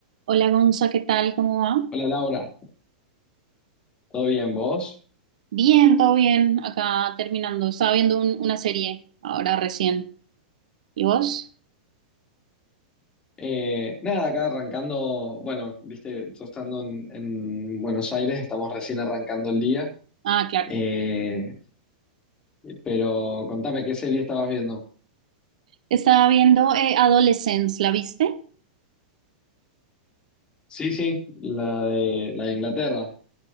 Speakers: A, on the right; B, on the left.
A: Hola Gonza, ¿qué tal? ¿Cómo va?
B: Hola Laura, ¿todo bien vos?
A: Bien, todo bien. Acá terminando. Estaba viendo un- una serie ahora recién. ¿Y vos?
B: Eh, nada, acá arrancando, bueno, viste, yo estando en, en Buenos Aires, estamos recién arrancando el día,
A: Ah, claro.
B: Eh, pero contame, ¿qué serie estabas viendo?
A: Estaba viendo eh, Adolescence, ¿la viste?
B: Sí, sí, la de, la de Inglaterra.